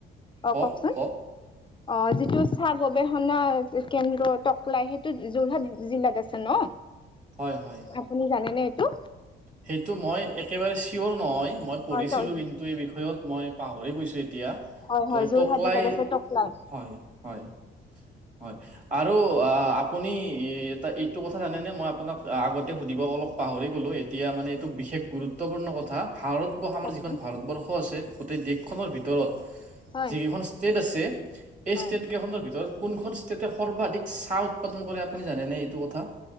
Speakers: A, on the left; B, on the right.
A: অ
B: কওক,
A: কওকচোন
B: কওক
A: অ যিটো চাহ গবেষ- ষনা কেন্দ্ৰ টকলাই সেইটো যোৰহাট জিলাত আছে ন
B: হয়, হয়।
A: আপুনি জানেনে। এইটো?
B: সেইটো মই একেবাৰে চিয়'ৰ নহয় মই পঢ়িছিলোঁ
A: হয় ত অ
B: কিন্তু এই বিষয়ত মই পাহৰি দিয়া
A: হয়
B: ট
A: হয় যোৰহাট
B: টকলাই
A: জিলাত আছে টকলাই
B: হয় হয়। হয় আৰু আপুনি এটা এইটো কথা জানে মই আপোনাক আগতে সুধিব অলপ পাহৰি গ'লোঁ এতিয়া মানে এইটো বিশেষ গুৰুত্বপূৰ্ণ কথা। ভাৰতবৰ্ষ আমাৰ
A: কওকচোন
B: যিখন ভাৰতবৰ্ষ আছে গোটেই দেশখনৰ ভিতৰত
A: হয়
B: যিকেইখন ষ্টেট আছে এই
A: হয়।
B: ষ্টেট কেইখনৰ ভিতৰত কোনখন ষ্টেটে সৰ্বাধিক চাহ উৎপাদন কৰে আপুনি জানেনে এইটো কথা?